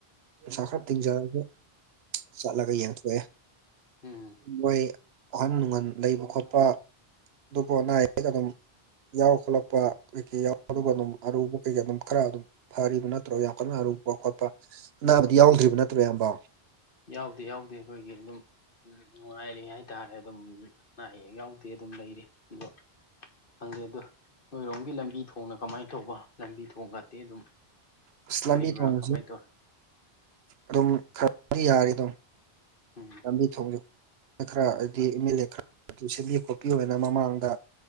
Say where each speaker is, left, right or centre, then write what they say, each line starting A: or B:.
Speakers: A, on the right; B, on the left.
A: ꯁꯍꯔ ꯇꯤꯡꯖꯔꯒ ꯆꯠꯂꯒ ꯌꯦꯟꯊꯣꯛꯑꯦ
B: ꯎꯝ
A: ꯃꯣꯢ ꯑꯍꯟ ꯅꯨꯡꯍꯟ ꯂꯩꯕ ꯈꯣꯠꯄ ꯑꯗꯨꯕꯨ ꯑꯅꯥ ꯑꯌꯦꯛ ꯑꯗꯨꯝ ꯌꯥꯎ ꯈꯣꯠꯂꯛꯄ ꯀꯩꯀꯩ ꯌꯥꯎ ꯑꯗꯨꯒ ꯑꯗꯨꯝ ꯑꯔꯨꯕ ꯀꯩꯀꯩ ꯑꯗꯨꯝ ꯈꯔ ꯑꯗꯨꯝ ꯐꯔꯤꯕ ꯅꯠꯇ꯭ꯔꯣ ꯌꯥꯝ ꯀꯟꯅ ꯑꯔꯨꯕ ꯈꯣꯠꯄ ꯑꯅꯥꯕꯗꯤ ꯌꯥꯎꯗ꯭ꯔꯤꯕ ꯅꯠꯇ꯭ꯔꯣ ꯏꯌꯥꯝꯕ
B: ꯌꯥꯎꯗꯦ ꯌꯥꯎꯗꯦ ꯑꯩꯈꯣꯢꯒꯤ ꯑꯗꯨꯝ ꯅꯨꯡꯉꯥꯢꯔꯦ ꯍꯥꯢꯇꯥꯔꯦ ꯑꯗꯨꯝ ꯑꯅꯥ ꯑꯌꯦꯛ ꯌꯥꯎꯗꯦ ꯑꯗꯨꯝ ꯂꯩꯔꯤ ꯑꯗꯣ ꯈꯪꯗꯦ ꯑꯗꯣ ꯅꯣꯢꯔꯣꯝꯒꯤ ꯂꯝꯕꯤ ꯊꯣꯡꯅ ꯀꯃꯥꯢꯅ ꯇꯧꯕ ꯂꯝꯕꯤ ꯊꯣꯡꯒꯇꯤ ꯑꯗꯨꯝ
A: ꯑꯁ
B: ꯐꯔꯤꯕ꯭ꯔꯥ
A: ꯂꯝꯕꯤ ꯊꯣꯡꯁꯤ
B: ꯀꯃꯥꯢ ꯇꯧꯔꯤ
A: ꯑꯗꯨꯝ ꯈꯔꯗꯤ ꯌꯥꯔꯤ ꯑꯗꯨꯝ
B: ꯎꯝ
A: ꯂꯝꯕꯤ ꯊꯣꯡ ꯈꯔ ꯍꯥꯢꯗꯤ ꯑꯦꯝ ꯑꯦꯜ ꯑꯦ ꯈꯔ ꯁꯦꯝꯕꯤꯑꯛꯄ ꯄꯤꯑꯣꯢꯅ ꯃꯃꯥꯡꯗ